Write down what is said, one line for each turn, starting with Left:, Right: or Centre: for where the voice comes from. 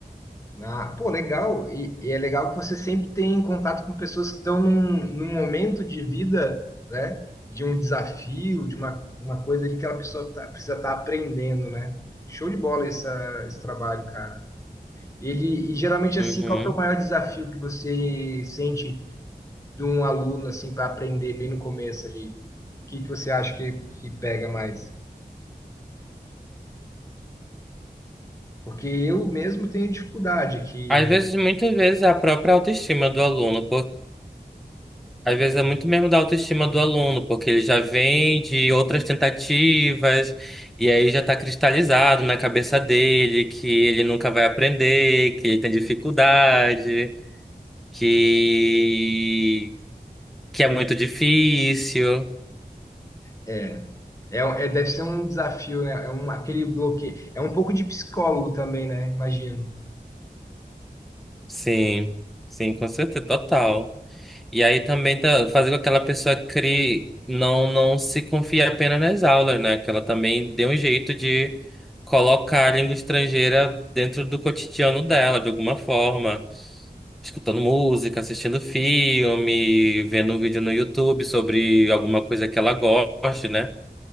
Left: Ah, pô, legal. E, e é legal que você sempre tem contato com pessoas que estão num, num momento de vida, né? De um desafio, de uma, uma coisa ali que a pessoa tá- precisa estar aprendendo, né? Show de bola essa- esse trabalho, cara. Ele, e geralmente,
Centre: Uhum.
Left: assim, qual que é o maior desafio que você sente de um aluno, assim, para aprender bem no começo ali? O que que você acha que, que pega mais? Porque eu mesmo tenho dificuldade que
Centre: Às vezes, muitas vezes, é a própria autoestima do aluno, por... às vezes é muito mesmo da autoestima do aluno, porque ele já vem de outras tentativas, e aí já está cristalizado na cabeça dele que ele nunca vai aprender, que ele tem dificuldade, que, que é muito difícil.
Left: é, é, é- deve ser um desafio, né? É um, aquele bloqueio. É um pouco de psicólogo também, né? Imagino.
Centre: Sim, sim, com certeza, total. E aí também tá, fazer com que aquela pessoa crie, não, não se confie apenas nas aulas, né? Que ela também dê um jeito de colocar a língua estrangeira dentro do cotidiano dela, de alguma forma. Escutando música, assistindo filme, vendo um vídeo no YouTube sobre alguma coisa que ela goste, né?